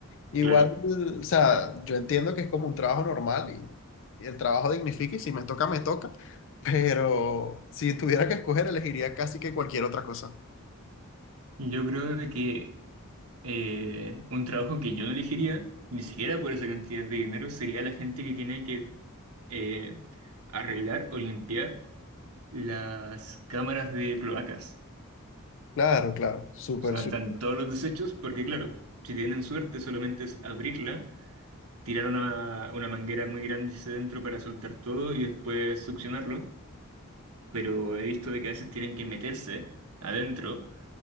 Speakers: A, on the left (about 60°); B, on the right (about 85°).
A: Igual,
B: Claro.
A: o sea, yo entiendo que es como un trabajo normal y, y el trabajo dignifica y si me toca, me toca, pero si tuviera que escoger, elegiría casi que cualquier otra cosa.
B: Yo creo de que eh, un trabajo que yo no elegiría, ni siquiera por esa cantidad de dinero, sería la gente que tiene que eh, arreglar o limpiar las cámaras de cloacas.
A: Claro, claro, súper,
B: O sea,
A: súper.
B: están todos los desechos, porque claro, si tienen suerte, solamente es abrirla, tirar una, una manguera muy grande hacia adentro para soltar todo y después succionarlo. Pero he visto de que a veces tienen que meterse adentro